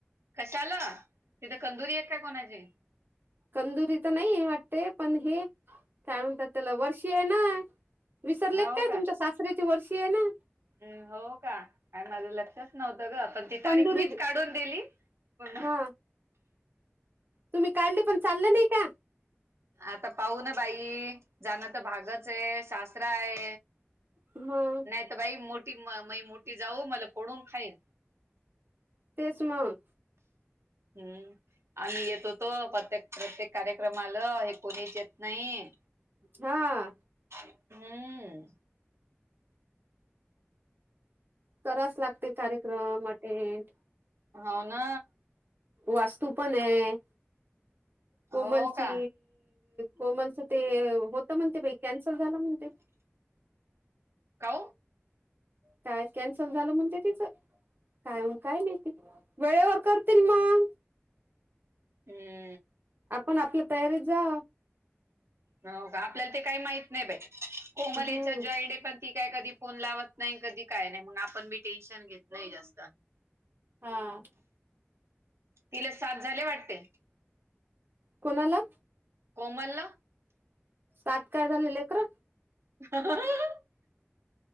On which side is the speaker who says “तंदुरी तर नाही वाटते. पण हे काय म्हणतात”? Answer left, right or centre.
Right